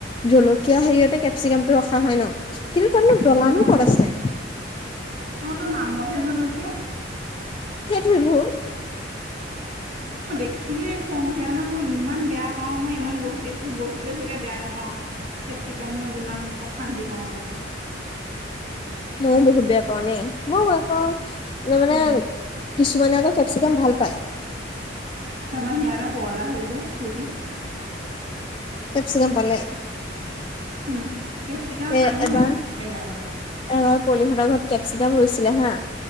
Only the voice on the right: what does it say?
অ
অ', তো নামতহে জলকীয়া
মই দেখিলে খং উঠি আহে ন মই ইমান বেয়া পাও মই ইমান ব একো বস্তুৱে চাগে বেয়া নাপাওঁ। কেপচিকাম মই যিমান অশান্তি পাওঁ মানে
উম
আমাৰ হিয়া দা পগলা হৈ যায় ফুৰ্তিত
উম কেপচিকাম
আনেও
এগাল এগাল